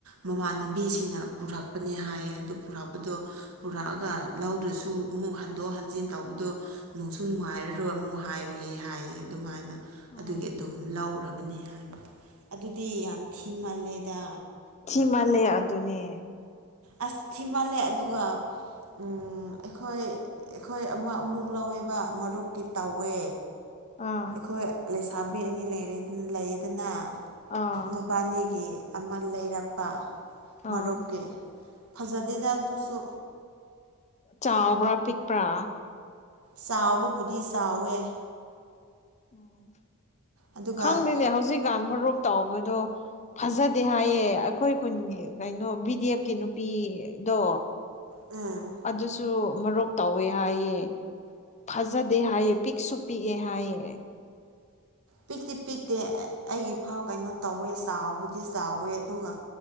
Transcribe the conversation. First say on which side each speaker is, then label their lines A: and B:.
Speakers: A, on the right; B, on the left.
A: ꯃꯃꯥꯟꯅꯕꯤꯁꯤꯡꯅ ꯄꯨꯔꯛꯄꯅꯦ ꯍꯥꯏꯌꯦ ꯑꯗꯨ꯫ ꯄꯨꯔꯛꯄꯗꯣ ꯄꯨꯔꯛꯑꯒ ꯂꯧꯗꯔꯁꯨ ꯑꯃꯨꯛ ꯍꯟꯗꯣꯛ ꯍꯟꯖꯤꯟ ꯇꯧꯕꯗꯣ ꯅꯨꯡꯁꯨ ꯅꯨꯡꯉꯥꯏ ꯔꯣꯏ ꯑꯃꯨꯛ ꯍꯥꯏꯕꯒꯤ ꯍꯥꯏꯌꯦ ꯑꯗꯨꯃꯥꯏꯅ꯫
B: ꯑꯥ
A: ꯑꯗꯨꯒꯤ ꯑꯗꯨꯝ ꯂꯧꯔꯕꯅꯤ ꯍꯥꯏꯕ ꯑꯗꯨꯗꯤ ꯌꯥꯝ ꯊꯤ ꯃꯥꯜꯂꯦꯗ꯫
B: ꯊꯤ ꯃꯥꯜꯂꯦ ꯑꯗꯨꯅꯦ
A: ꯑꯁ ꯊꯤꯃꯜꯂꯦ ꯑꯗꯨꯒ꯫ ꯎ ꯑꯩꯈꯣꯏ ꯑꯩꯈꯣꯏ ꯑꯃ ꯑꯃꯨꯛ ꯂꯧꯋꯦꯕ ꯃꯔꯨꯞꯀꯤ ꯇꯧꯋꯦ꯫
B: ꯑꯥ
A: ꯑꯩꯈꯣꯏ ꯂꯩꯁꯥꯕꯤ ꯑꯅꯤ ꯂꯩꯔꯦ ꯂꯩꯌꯦꯗꯅ꯫
B: ꯑꯥ
A: ꯃꯕꯥꯅꯤꯒꯤ ꯑꯃ ꯂꯩꯔꯛꯄ ꯃꯔꯨꯞꯀꯤ꯫
B: ꯑꯥ
A: ꯐꯖꯗꯦꯗ ꯑꯗꯨꯁꯨ꯫
B: ꯆꯥꯎꯕ꯭ꯔꯥ ꯄꯤꯛꯄ꯭ꯔꯥ꯫
A: ꯆꯥꯎꯕꯕꯨꯗꯤ ꯆꯥꯎꯋꯦ꯫
B: ꯑꯣ
A: ꯑꯗꯨꯒ
B: ꯈꯪꯗꯦꯅꯦ ꯍꯧꯖꯤꯛꯀꯥꯟ ꯃꯥꯔꯨꯞ ꯇꯥꯎꯕꯗꯣ꯫ ꯐꯖꯗꯦ ꯍꯥꯏꯌꯦ ꯑꯩꯈꯣꯏ ꯈꯨꯟꯒꯤ ꯀꯩꯅꯣ ꯕꯤꯗꯦꯞꯀꯤ ꯅꯨꯄꯤꯗꯣ꯫
A: ꯎꯝ
B: ꯑꯗꯨꯁꯨ ꯃꯔꯨꯞ ꯇꯧꯋꯦ ꯍꯥꯏꯌꯦ꯫ ꯐꯖꯗꯦ ꯍꯥꯏꯌꯦ ꯄꯤꯛꯁꯨ ꯄꯤꯛꯑꯦ ꯍꯥꯏꯌꯦ꯫
A: ꯄꯤꯛꯇꯤ ꯄꯤꯛꯇꯦ ꯑꯩꯒꯤ ꯐꯥꯎ ꯀꯩꯅꯣ ꯇꯧꯋꯦ ꯆꯥꯎꯕꯨꯗꯤ ꯆꯥꯎꯋꯦ ꯑꯗꯨꯒ꯫